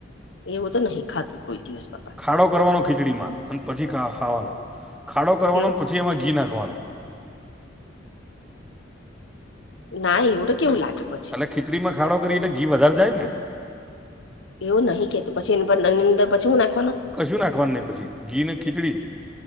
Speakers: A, on the left; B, in the centre.
A: એવું તો નહી ખાધુ કોઈ દિવસમાં
B: ખાડો કરવાનો ખીચડીમાં અને પછી ખાવાનો કરવાનો
A: કે
B: પછી એમાં ઘી નાખવાનું
A: ના એવુ ત કેવું લાગે પછી
B: અને ખીચડીમાં ખાડો કરી ત ઘી વધારે જાય ને?
A: એવું નહીં કેતો પછીની અંદર પછી હું ના
B: કશું નાખવાનું નહી પછી ઘી ને ખીચડી